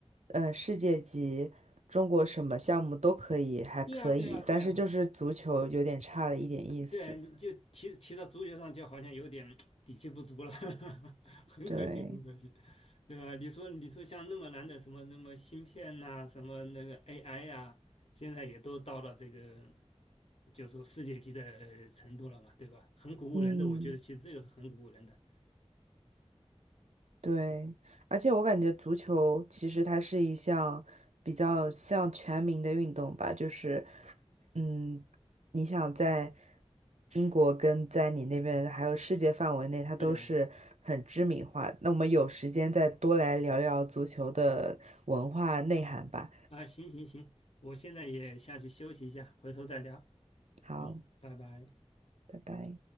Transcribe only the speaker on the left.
对呀，对呀，对呀，
对，你就提提到足球上，就好像有点底气不足了，<laughs> 很可惜，
很可惜，对吧？你说，你说像那么难的什么那么芯片呐、什么那个 AI 呀、现在也都到了这个，就是说世界级的程度了嘛，对吧？很鼓舞人的，
我觉得其实这个是很鼓舞人的。
对啊，
啊，行行行，我现在也下去休息一下，回头再聊。
嗯，拜拜。